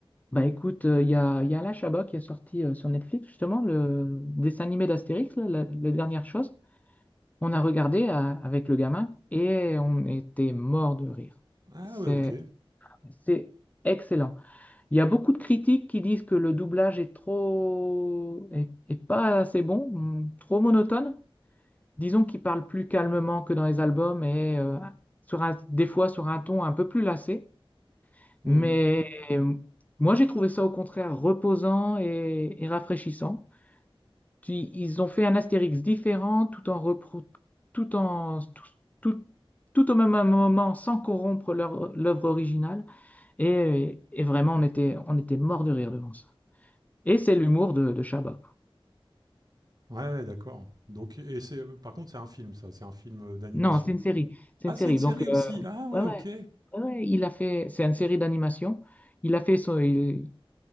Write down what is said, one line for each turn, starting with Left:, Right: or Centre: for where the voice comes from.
Left: Bah écoute, euh, il y a, il y a Alain Chabat qui est sorti euh, sur Netflix, justement, le dessin animé d'Astérix, là, la, la dernière chose. On a regardé à- avec le gamin et on était mort de rire.
Right: Ah
Left: C'est,
Right: ouais, OK.
Left: c'est excellent. Il y a beaucoup de critiques qui disent que le doublage est trop, est, est pas assez bon, hum, trop monotone. disons qu'il parle plus calmement que dans les albums et euh, sur un- des fois sur un ton un peu plus lassé.
Right: Mmh
Left: Mais euh, moi, j'ai trouvé ça au contraire reposant et, et rafraîchissant. Puis, ils ont fait un Astérix différent tout en repro- tout en tout, tout- tout au même moment sans corrompre leur- l'œuvre originale. Et, et vraiment, on était, on était mort de rire devant ça. Et c'est l'humour de, de Chabat. quoi.
Right: Ouais, d'accord. Donc et c'est par contre, c'est un film ça, c'est un film, heu, d'animation?
Left: Non, c'est une série. C'est
Right: Ah,
Left: une série.
Right: c'est une série
Left: Donc,
Right: aussi? Ah ouais,
Left: Ouais, ouais,
Right: OK.
Left: ouais, ouais, il a fait, c'est une série d'animation. Il a fait son, il-